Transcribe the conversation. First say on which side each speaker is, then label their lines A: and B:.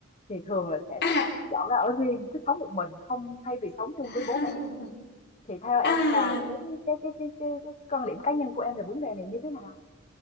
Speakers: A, on the left; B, on the left.
A: thì thường là sẽ
B: à
A: thích dọn ra ở riêng, thích sống một mình không thay vì sống chung
B: <laughs>
A: với bố mẹ. Thì theo em
B: à
A: cái cái cái cái cái, cái quan điểm cá nhân của em về vấn đề này như thế nào?